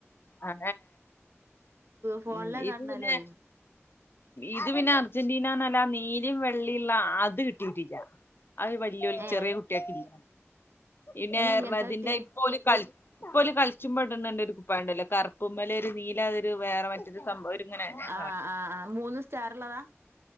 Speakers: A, on the left; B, on the right.
A: ആ
B: ഫോണിലെ
A: ഉ ഇത്
B: കണ്ടാലേ
A: പിന്നെ ഇത് പിന്നെ അർജന്റീനന്നല്ല നീലിം വെള്ളിയുള്ള അത് കിട്ടിയിട്ടില്ല അത് വലിയൊ
B: ഏ
A: ചെറിയ കുട്ടിയാക്കില്ല പിന്നെ എറതിന്റെ
B: എങ്ങനത്തെ പറ്റിയേ
A: ഇപ്പോലും കള ഇലും കളിച്ചും പെടന്നണ്ട് ഒരു കുപ്പ ഉണ്ടല്ലോ കറ ഉുമ്മല ഒരു നീലാതൊരു വേറെ മറ്റൊരു സംഭവം ഇങ്ങനെ ഞാൻ
B: ആ ആ ആ് മൂന്ന് സ്റ്റാർള്ളതാ